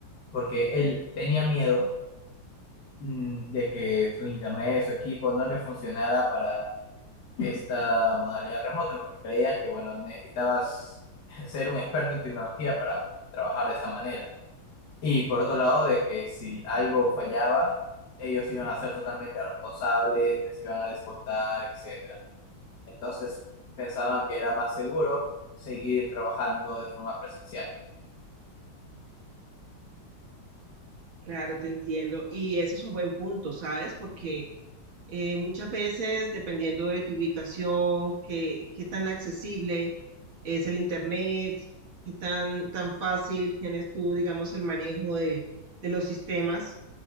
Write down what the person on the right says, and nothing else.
Claro, te entiendo. Y eso es un buen punto, ¿sabes? Porque eh, muchas veces, dependiendo de tu ubicación, qué, qué tan accesible es el internet, qué tan, tan fácil tienes tú, digamos, el manejo de, de los sistemas.